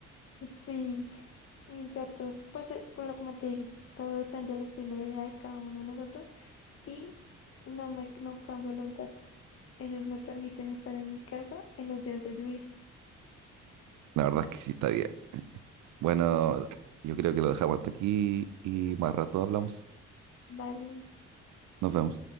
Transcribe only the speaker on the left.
Sí, mis gatos, pues eh, por lo como te digo, todo depende del estilo de vida de cada uno de nosotros y no me no cambio los gatos. Ellos me permiten estar en mi casa en los días de lluvia.
Dale.